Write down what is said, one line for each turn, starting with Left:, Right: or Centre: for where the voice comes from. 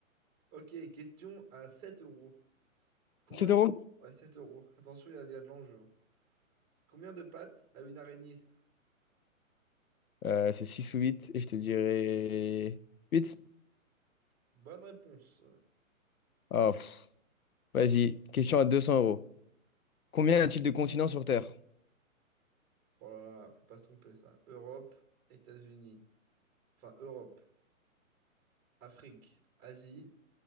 Right: Ok, question à 7 euros. Combien
Left: 7
Right: de...
Left: euros?
Right: Ouais, 7 euros. Attention, il y a, il y a de l'enjeu. hein. Combien de pattes a une araignée?
Left: Euh, c'est 6 ou 8 et je te dirais 8.
Right: Bonne réponse.
Left: Ah, pff. Vas-y, question à 200 euros. Combien y a-t-il de continents sur Terre?
Right: Oh là là, faut pas se tromper ça. Europe, États-Unis. Enfin, Europe, Afrique, Asie,